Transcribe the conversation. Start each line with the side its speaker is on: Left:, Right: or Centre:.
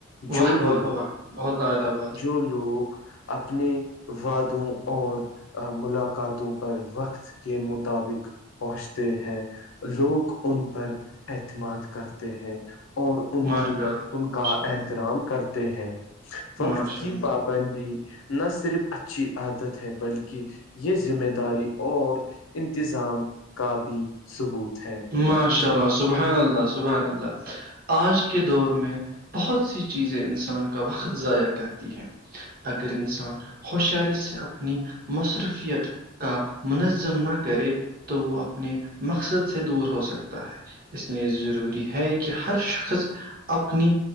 Left: جو
Right: واہ
Left: لوگ
Right: واہ واہ بہت آ ب
Left: جو لوگ اپنے وادوں اور ملاقاتوں پر وقت کےم مطابق پہنچتے ہیں لوگ ان پر اعتماد کرتے ہیں اور ان
Right: ماشاء
Left: کے
Right: اللہ
Left: ان کا احترام کرتے ہیں وقت
Right: ماشاء
Left: کی
Right: اللہ ماشاء اللہ
Left: پاب بندی نہ صرف اچھی عادت ہے بلکہ یہ ذمہ داری اور انتظام کا بھی ثبوت ہے
Right: ماشاء
Left: جی
Right: اللہ سبحان اللہ سبحان اللہ آج کے دور میں بہت سی چیزیں انسان کا وقت ضائع کرتی ہیں اگر انسان ہوشیاری سے اپنی مصروفیت کا منظم نہ کرے تو وہ اپنے مقصد سے دور ہو سکتا ہے اس لیے ضروری ہے کہ ہر شخص اپنی